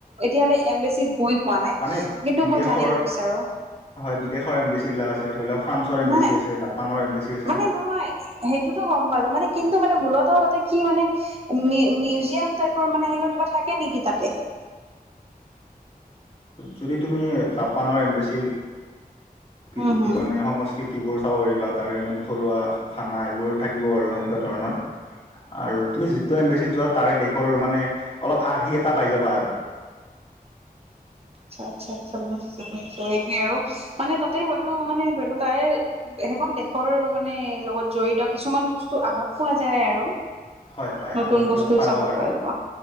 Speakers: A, on the right; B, on the left.
A: এতিয়ালে এমবেচিত গৈ পোৱা নাই
B: মানে
A: কিন্তু
B: বিদেশৰ
A: মই জানিব বিচাৰো
B: হয় বিদেশৰ এম্বেচী বিলাক আছে ধৰি লওক ফ্ৰান্সৰ এম্বেচি
A: নাই
B: আছে জাপানৰ এম্বেচি আছে
A: মানে নহয় সেইটোতো গম পালো মানে কিন্তু মানে মূলতঃ তাতে কি মানে মিউ মিউজিয়াম টাইপৰ মানে সেনেকা কিবা থাকে নেকি তাতে
B: যদি তুমি জাপানৰ এম্বেচিৰ <unintelligible>
A: হম হম
B: সংস্কৃতিবোৰ চাব পাৰিবা তাৰে মানে থলুৱা খানা এইবোৰ থাকিব আৰু সেনেকুৱা ধৰণৰ আৰু তুমি যিটো এম্বেচিত যোৱা তাৰে দেশৰ মানে অলপ আৰ্হি এটা পাই যাবা আৰু
A: আচ্ছা আচ্ছা আচ্ছা বুজিছো বুজিছো এইটোৱে আৰু মানে তাতে হয়তো মানে ধৰি লও তাই সেইখন দেশৰ মানে লগত জড়িত কিছুমান বস্তু আভাস পোৱা যায় আৰু
B: হয় হয়
A: নতুন
B: আৱাস
A: বস্তু
B: বিলাক পাবা
A: চাব
B: আৰু
A: পৰা যাব